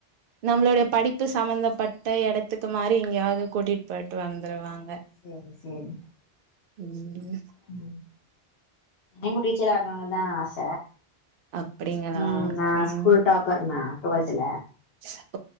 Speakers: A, on the right; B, on the left.
A: நம்மளோட படிப் பு சம்மந்தப்பட்ட எடத்துக்கு மாரி எங்கெயாவ்து கூட்டிட்டு போயிட்டு வந்துருவாங்க
B: சேரி சேரி
A: ம்
B: ம் நீங்க டீச்சர் ஆகணுனு தா ஆச
A: அப்டிங்களா
B: ம் நா
A: ம்
B: ஸ்கூல் டாப்பர் நா டுவெல்த்துல
A: <inaudible>